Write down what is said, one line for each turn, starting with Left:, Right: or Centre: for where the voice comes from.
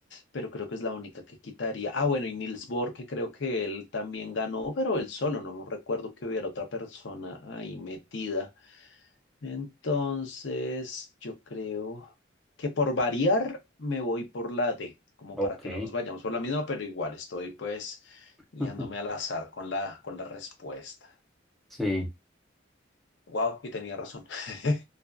Left: pero creo que es la única que quitaría. Ah, bueno, y Niels Bohr, que creo que él también ganó, pero él solo, no recuerdo que hubiera otra persona ahí metida. Entonces, yo creo que por variar me voy por la D, como
Centre: ok,
Left: para que no nos vayamos por la misma, pero igual estoy pues
Centre: <laughs>
Left: guiándome al azar con la, con la respuesta.
Centre: sí.
Left: Wow, y tenía razón. <laughs>